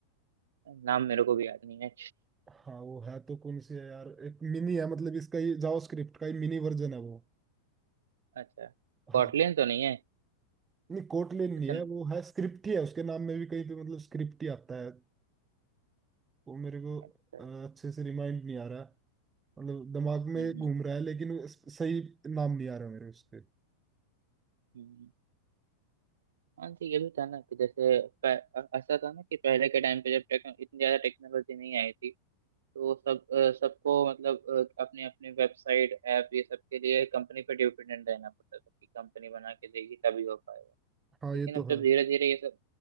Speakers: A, on the right; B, on the right.
A: नाम मेरे को भी याद नहीं है
B: हाँ वो है तो कौन सी है यार एक मिनी है मतलब इसका ये जावास्क्रिप्ट का ही मिनी वर्जन है वो
A: अच्छा
B: हाँ
A: कॉटलिन तो नहीं है
B: नहीं कोटलिन
A: अच्छा
B: नहीं है वो है स्क्रिप्ट ही है उसके नाम में भी कहीं पे मतलब स्क्रिप्ट ही आता है वो मेरे को
A: अच्छा
B: अ, अच्छे से रिमाइंड नहीं आ रहा मतलब दिमाग
A: हम्म
B: में
A: हम्म
B: घूम रहा है लेकिन उस- सही नाम नहीं आ रहा मेरे उसके
A: हम्म। हाँ जी ये भी था ना कि जैसे प- ऐसा था ना कि पहले के टाइम पे जब टेक, इतनी ज्यादा टेक्नोलॉजी नहीं आई थी तो सब अ, सबको मतलब अ, अपने अपने वेबसाइट ऐप ये सब के लिए कंपनी पे डिपेंडेंट रहना पड़ता था कि कंपनी बना के देगी तभी हो पाएगा
B: हाँ
A: लेकिन
B: ये
A: अब
B: तो
A: जब
B: है
A: धीरे धीरे ये सब